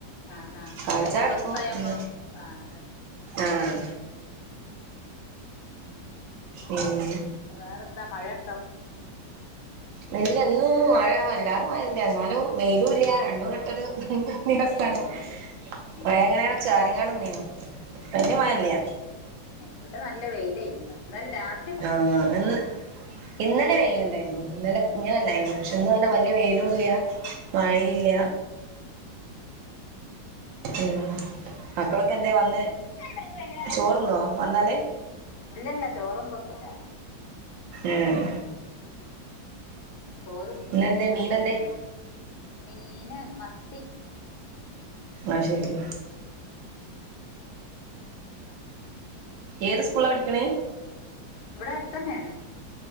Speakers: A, on the left; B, on the right.
A: ആഹ് ആഹ്
B: കാൽ
A: അതിനെ
B: ചായ
A: സ്വസ്ഥായ
B: കുടിക്കും
A: നമ്മ
B: ഒന്ന്
A: ആഹ് അതന്നെ
B: ആഹ് ഉം
A: പിന്നെ വേറെന്താ മഴുണ്ടോ
B: നെല്ലന്നും മഴ വല്ലാതെ മയല്ല എന്നാലും വെയിലും ഇല്ല രണ്ടും ഘട്ടരു ദിവസാണ്
A: ഏഹ് ശരി ആഹ്
B: മഴങ്ങന
A: ഇവിടെ
B: ചാറിങ്ങാടും നിന്നീന്നു തന്ന
A: ആഹ്
B: മഴല്ല
A: ഇവിടെ ഇവിടെ നല്ല വെയിലായിനിന്ന് എന്നാലും രാത്
B: ആഹ് എന്ന ഇന്നലെ വെയിലുണ്ടായിരുന്നു ഇന്നലെ ഇങ്ങനെല്ലായിരുന്നു പക്ഷെ ഇന്ന് തന്നെ വലിയ വെയിലുംല്ല
A: പെയ്തു
B: മഴയില്ല
A: ആഹ്
B: ഉം മക്കളൊക്കെ
A: ഡ്രസ്സൊക്കെ
B: എന്തെ വന്ന്
A: ഇല്ലല്ല
B: ചോർന്ന വന്നാല്
A: ഇല്ലല്ല ചോറും തിന്നുല
B: ഏഹ്
A: ചോറ്
B: പിന്നെന്തേ മീനെന്തേ
A: മീന് മത്തി
B: അയ്ശരി ഏത് സ്കൂളിലാ പഠിക്കണ
A: ഇവിടെ അടുത്തന്നെയാണ്